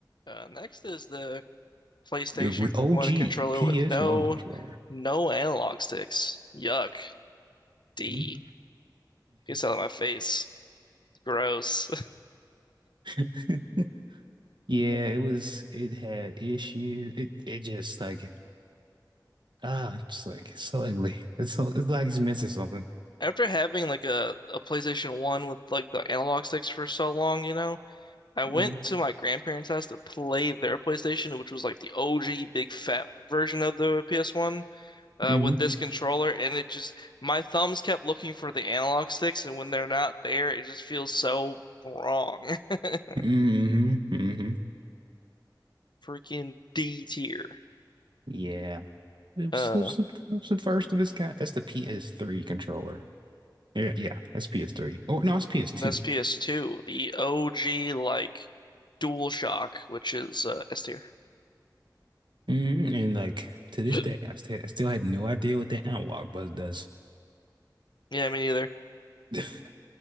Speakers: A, on the left; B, on the right.
A: Uh, next is the PlayStation
B: the OG
A: 1 controller
B: PS1
A: with no
B: controller.
A: no analog sticks. Yuck. D.
B: Mm-hmm.
A: Gets out of my face. Gross.
B: <laughs> yeah, it was. It had issues. It it just like ah, just like it's so ugly. It's so it's like it's missing something.
A: <laughs> After having like a, a PlayStation 1 with like the analog sticks for so long, you know, I went
B: hmm
A: to my grandparents' house to play their PlayStation, which was like the OG big fat version of the PS1 uh,
B: hmm
A: with this controller, and it just my thumbs kept looking for the analog sticks, and when they're not there, it just feels so wrong. <laughs>
B: hmm mhm.
A: Freaking D tier.
B: Yeah, it was,
A: Uh,
B: it, was the, it was the first of its kind. That's the PS3 controller. Yeah, yeah, that's PS3. Or no, it's PS2.
A: that's PS2, the OG like DualShock, which is uh, S tier. <gasps>
B: Mhm, And like to
A: <laughs>
B: this day, I still, I still had no idea what that analog button does.
A: Yeah, me neither.
B: <laughs>